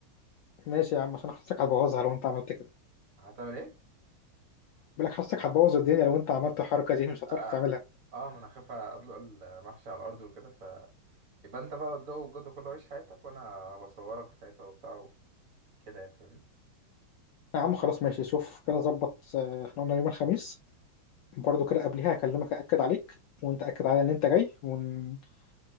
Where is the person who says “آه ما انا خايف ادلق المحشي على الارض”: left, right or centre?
Right